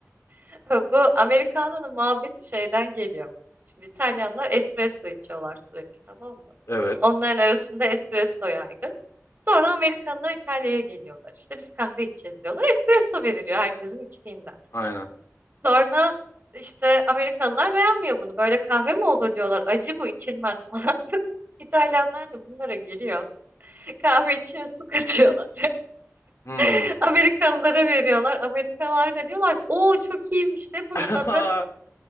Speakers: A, on the right; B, on the left.
A: <laughs> Bu Americano'nun muhabbeti şeyden geliyor. Şimdi İtalyanlar espresso içiyorlar sürekli tamam mı?
B: Evet.
A: Onların arasında espresso yaygın. Sonra Amerikalılar İtalya'ya geliyorlar. İşte biz kahve içeceğiz diyorlar. Espresso veriliyor herkesin içtiğinden.
B: Aynen.
A: Sonra işte Amerikalılar beğenmiyor bunu. Böyle kahve mi olur diyorlar. Acı bu içilmez falan. <laughs> İtalyanlar da bunlara geliyor. Kahve içine su katıyorlar.
B: Hmm.
A: <laughs> Amerikalılara veriyorlar. Amerikalılar da diyorlar ki o çok iyiymiş de bunun
B: <laughs>
A: adı.